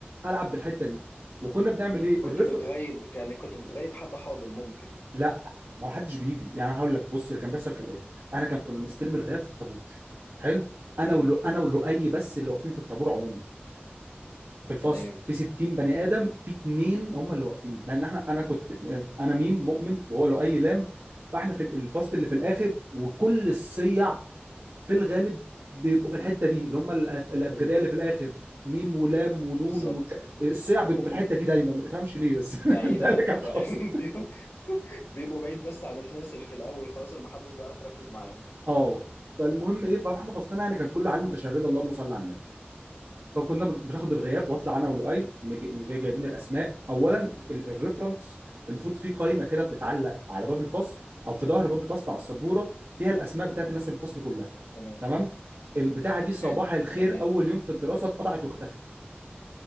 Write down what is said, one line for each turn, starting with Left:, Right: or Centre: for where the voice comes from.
Right: العب بالحته دي وكنا بنعمل ايه
Left: كنت
Right: الرفر
Left: بتغيب يعني كنت بتغيب حد حاضر ممكن
Right: لا ما حدش بيجي يعني انا هقول لك بص اللي كان بيحصل كالاتي انا كان كنا بنستلم الغياب في الطابور حلو انا
Left: حلو
Right: ولو انا ولؤي بس اللي واقفين في الطابور عموما في الفصل
Left: تمام
Right: في 60 بني ادم في اتنين هم اللي واقفين لان احنا انا كنت انا ميم مؤمن وهو لؤي لام فاحنا في الفصل اللي في الاخر وكل الصيع في الغالب بيبقوا في الحته دي اللي هم ال- الابجديه
Left: في ال-
Right: اللي في الاخر ميم ولام ونون
Left: بالظبط
Right: وك... الصيع بيبقوا في الحته دي دايما ما تفهمش ليه بس
Left: بعيد
Right: <laughs> ده
Left: ع-
Right: اللي كان
Left: ب...
Right: حاصل
Left: <laughs> بي- بيبقوا بعيد بس عن الحناس اللي في الاول خلاص اللي محدش بيعرف يركز معاهم
Right: اه فالمهم ايه فاحنا فصلنا يعني كان كله عيال متشرده اللهم صل على النبي فكنا بن- بناخد الغياب واطلع انا ولؤي مج- مج- جايبين الاسماء اولا ال- الريفرنس المفروض في قائمه كده بتتعلق على باب الفصل او في ظهر باب الفصل على السبوره فيها الاسماء بتاعت الناس اللي في الفصل كلها
Left: تمام
Right: تمام البتاعه دي صباح
Left: حلو
Right: الخير
Left: تمام
Right: اول يوم في الدراسه اتقطعت واختفت